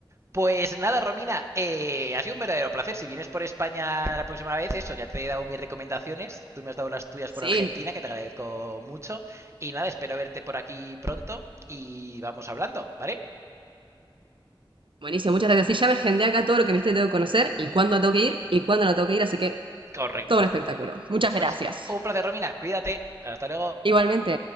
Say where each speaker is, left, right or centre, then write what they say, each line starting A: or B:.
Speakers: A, on the right; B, on the right.
A: Pues nada, Romina, eh, ha sido un verdadero placer. Si vienes por España la próxima vez, eso, ya te he dado mis recomendaciones. Tú me has dado las tuyas por
B: Sí,
A: Argentina, que te agradezco mucho. Y nada, espero verte por aquí pronto y vamos hablando, ¿vale?
B: buenísimo, muchas gracias. Sí, ya me agendé acá todo lo que me dijiste que tengo que conocer y cuándo tengo que ir y cuándo no tengo que ir, así que
A: Correcto.
B: todo un espectáculo. Muchas
A: Pues
B: gracias.
A: un placer, Romina. Cuídate. Hasta luego.
B: Igualmente,